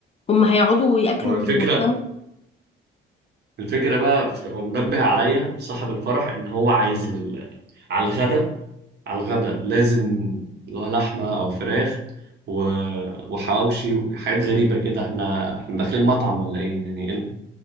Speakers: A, on the left; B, on the right.
A: هم هيقعدوا وياكلوا
B: ما هو الفكرة
A: ويوخموا
B: الفكرة بقى في- هو منبه عليا صاحب الفرح ان هو عايز ال... على الغدا على الغدا لازم اللي هو لحمة او فراخ و... وحواوشي وحاجات غريبة كده احنا احنا داخلين مطعم ولا ايه يعني ايه ال-